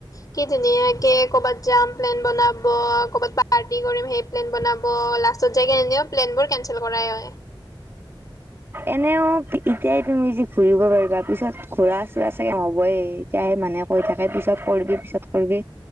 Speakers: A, on the left; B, on the right.
A: কি ধুনীয়াকে ক'বাত যাম প্লেন বনাব ক'বাত পাৰ্টি কৰিম সেই প্লেন বনাব লাষ্ট ছত যাইগে এনেও প্লেনবোৰ কেনচেল কৰাই হয়
B: এনেও ই ইতিয়াই তুমি যি ফুৰিব পাৰিবা পিছত ঘুৰা চুৰা চাগে নহ'বই তেতিয়াহে মানে কৈ থাকে পিছত কৰিবি পিছত কৰিবি